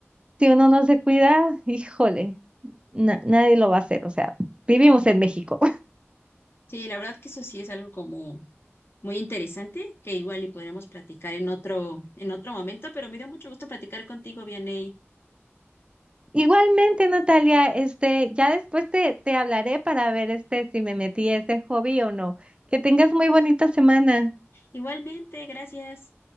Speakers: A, on the right; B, on the left.
A: si uno no se cuida, híjole, na- nadie lo va a hacer. O sea, vivimos en México.
B: Sí, la verdad que eso sí es algo como muy interesante que igual y podríamos platicar en otro, en otro momento, pero me dio mucho gusto platicar contigo, Vianey.
A: Igualmente, Natalia, este, ya después te, te hablaré para ver este si me metí a ese hobby o no. Que tengas muy bonita semana.
B: Igualmente, gracias.